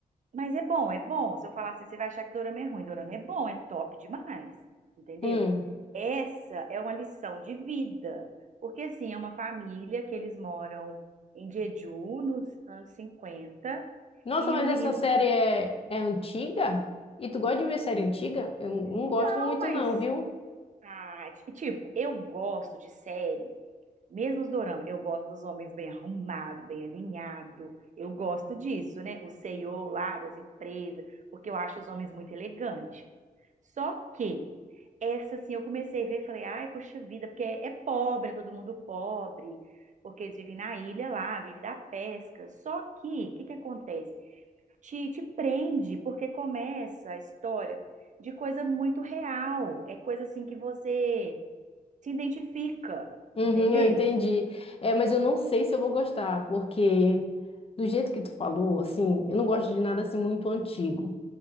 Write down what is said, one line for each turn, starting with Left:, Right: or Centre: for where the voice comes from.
Right: mas é bom, é bom. Se eu falar assim, você vai achar que dorama é ruim. Dorama é bom, é top demais. Entendeu?
Left: Hum.
Right: Essa é uma lição de vida. Porque, assim, é uma família que eles moram em Jeju, nos anos 50
Left: Nossa,
Right: e
Left: mas
Right: o menino.
Left: essa série é, é antiga? E tu gosta de ver série antiga? Eu não
Right: Não,
Left: gosto muito
Right: mas.
Left: não, viu?
Right: Ah, ti- tipo, eu gosto de série Mesmo os dorama, eu gosto dos homens bem arrumados, bem alinhados. Eu gosto disso, né? O CEO lá das empresas, porque eu acho os homens muito elegantes. Só que essa, assim, eu comecei a ver, e falei, ai, poxa vida, porque é, é pobre, é todo mundo pobre, porque eles vivem na ilha lá, vivem da pesca. Só que, o que que acontece? Te, te prende, porque começa a história de coisa muito real. É coisa, assim, que você se identifica,
Left: Uhum,
Right: entendeu?
Left: eu entendi. É, mas eu não sei se eu vou gostar, porque do jeito que tu falou, assim, eu não gosto de nada assim muito antigo.